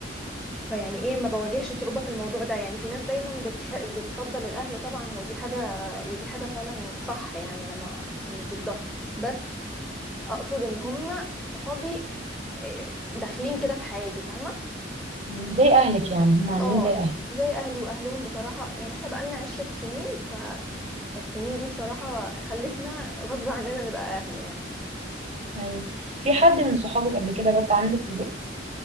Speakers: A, in the centre; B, on the right (about 35°).
A: فيعني ايه ما بواجهش صعوبة في الموضوع ده يعني في ناس دايما بتح... بتفضل الاهل طبعا هو دي حاجة ودي حاجة فعلا صح يعني انا ما انا مش ضدها بس اقصد ان هم صحابي إيه، داخلين كده في حياتي فاهمة
B: مم. زي اهلك يعني هم عاملين
A: اه
B: زي اهلك
A: زي اهلي واهلهم بصراحة يعني احنا بقالنا عشرة سنين ف... فالسنين دي بصراحة خلتنا غصب عننا نبقى اهل يعني
B: ايوه في حد من صحابك قبل كده بات عندك في البيت